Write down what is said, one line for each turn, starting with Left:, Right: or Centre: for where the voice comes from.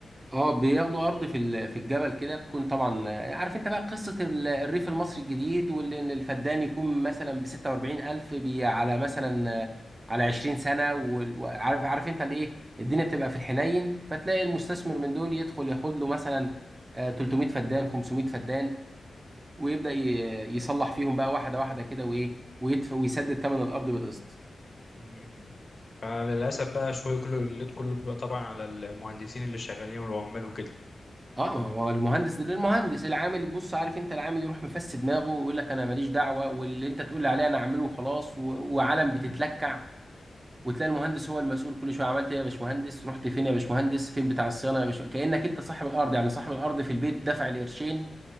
Right: اه بياخدوا ارض في ال- في الجبل كده بتكون طبعا آه، عارف انت بقى قصه ال- الريف المصري الجديد واللي إن الفدان يكون مثلا ب 46000 بي- على مثلا آه، على 20 سنه وال- وعارف عارف انت الايه الدنيا بتبقى في الحنين فتلاقي المستثمر من دول يدخل ياخد له مثلا آه، 300 فدان 500 فدان ويبدا ي- يصلح فيهم بقى واحده واحده كده وايه ويدفع ويسدد ثمن الارض بالقسط
Left: مم. فللاسف بقى شويه كله الليد كله بيبقى طبعا على المهندسين اللي شغالين والعمال وكده
Right: اه ما هو المهندس المهندس العامل بص عارف انت العامل يروح مفس دماغه ويقول لك انا ماليش دعوه واللي انت تقول لي عليه انا اعمله وخلاص و... وعلم بتتلكع وتلاقي المهندس هو المسؤول كل شويه عملت ايه يا باشمهندس رحت فين يا باشمهندس فين بتاع الصيانه يا باشمهندس كانك انت صاحب الارض يعني صاحب الارض في البيت دفع القرشين